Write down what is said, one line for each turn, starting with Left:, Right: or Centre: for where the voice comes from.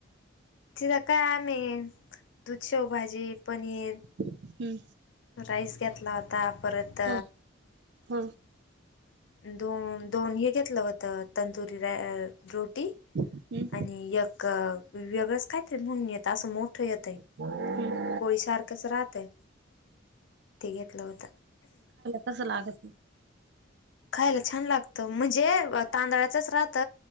Left: तिथं काय आम्ही दूध शेवभाजी पनीर
Right: हम्म.
Left: राईस घेतला होता परत
Right: ह ह
Left: दोन दोन हे घेतलं होत तंदुरी रोटी
Right: हम्म
Left: आणि एक वेगळंच खहीते म्हणून येत असं मोठं येतय.
Right: हम्म.
Left: होळीसारखंच राहतय ते घेतलं होत.
Right: तसं लागत
Left: खायला छान लागत म्हणजे तांदळाचच राहत.